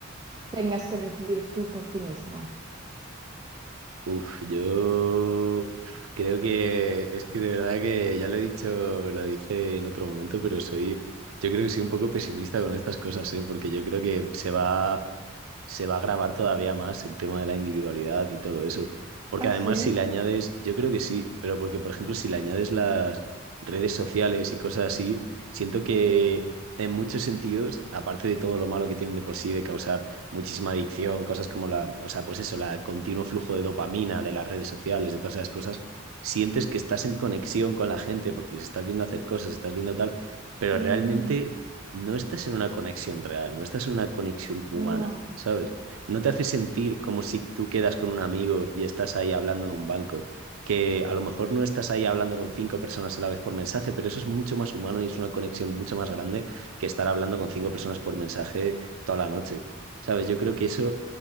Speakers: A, on the right; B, on the right.
A: tengas que decidir tú por ti mismo?
B: Uf, yo creo que es que de verdad que ya lo he dicho, lo dice en otro momento, pero soy, yo creo que soy un poco pesimista con estas cosas, ¿eh? Porque yo creo que se va se va a grabar todavía más el tema de la individualidad y todo eso. Porque
A: Ah,
B: además
A: sí.
B: si le añades, yo creo que sí, pero porque por ejemplo si le añades las redes sociales y cosas así, siento que en muchos sentidos, aparte de todo lo malo que tienen de por sí, de causar muchísima adicción, cosas como la, o sea, pues eso, la, el continuo flujo de dopamina de las redes sociales, de todas esas cosas, sientes que estás en conexión con la gente porque les estás viendo hacer cosas, estás viendo tal, pero
A: Mm,
B: realmente no estás en una conexión real, no estás en una conexión humana,
A: no.
B: ¿sabes? No te hace sentir como si tú quedas con un amigo y estás ahí hablando en un banco, que a lo mejor no estás ahí hablando con cinco personas a la vez por mensaje, pero eso es mucho más humano y es una conexión mucho más grande que estar hablando con cinco personas por mensaje toda la noche, ¿sabes? Yo creo que eso